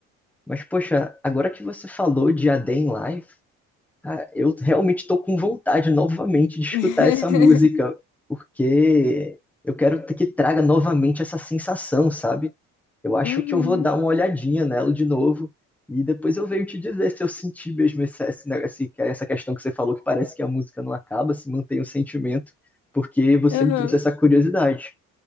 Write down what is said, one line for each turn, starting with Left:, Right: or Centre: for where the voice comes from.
Centre: Mas, poxa, agora que você falou de A Day in Life, ah, eu realmente estou com vontade novamente de escutar
Left: <laughs>
Centre: essa música, porque eu quero que traga novamente essa sensação, sabe? Eu acho
Left: Uhum,
Centre: que eu vou dar uma olhadinha nela de novo e depois eu venho te dizer se eu senti mesmo esse, esse, né, esse- essa questão que você falou, que parece que a música não acaba, se mantém o sentimento, porque você
Left: uhum.
Centre: me trouxe essa curiosidade.